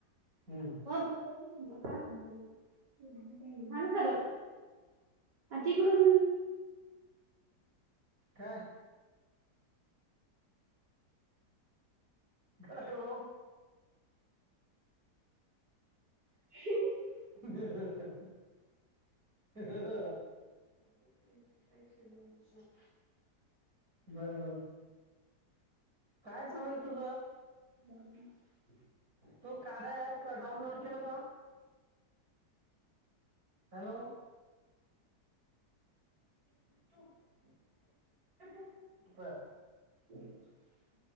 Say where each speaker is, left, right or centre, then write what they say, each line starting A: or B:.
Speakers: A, on the right (about 60°); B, on the right (about 85°).
A: हम्म
B: <unintelligible> आण खरं तिकडून
A: का हॅल्लो
B: ब <inaudible>
A: ह ह <inaudible> आणि ते पिरियड सुरु आहेत ना बर-बर काय चालूय तुझ
B: काय नाही
A: तू कार्या ॲप डाउनलोड केल का हॅलो <unintelligible>
B: हम् <unintelligible>